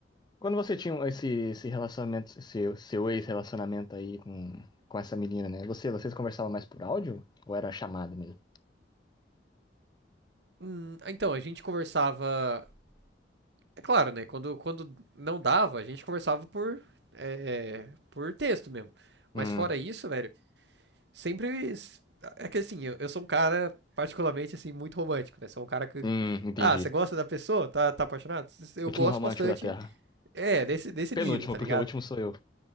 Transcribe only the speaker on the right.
hum, então, a gente conversava É claro, né? Quando, quando não dava, a gente conversava por, é, por texto mesmo. Mas
fora isso, velho, sempre. É que assim, eu, eu sou um cara, particularmente, assim, muito romântico, né? Sou um cara que.
Ah, você gosta da pessoa? Tá, tá apaixonado? Eu
gosto
bastante,
é, desse, desse
nível, tá
ligado?